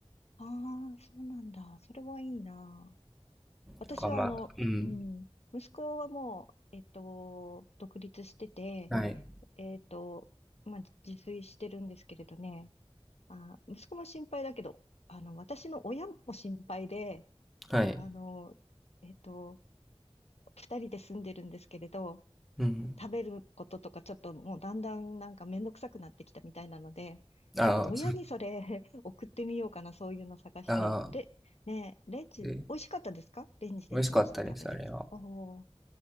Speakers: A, on the left (about 85°); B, in the centre.
A: ああ、そうなんだ。それはいいな。私はあの、
B: なんかまあ、うん。
A: うん、息子はもう、えっと、独立してて、
B: はい。
A: えっと、まあ、自炊してるんですけれどね、あ、息子も心配だけど、あの、私の親も心配で、
B: はい。
A: あの、えっと、二人で住んでるんですけれど、
B: うん。
A: 食べることとかちょっともうだんだんなんかめんどくさくなってきたみたいなので、
B: ああ、
A: ちょっと親にそれ <laughs> 送ってみようかな、そういうの探して。
B: ああ、
A: で、ねえ、レンジ、
B: で
A: 美味しかったですかレンジでチンして食べるやつ。
B: 美味しかったです、あれは。
A: おー、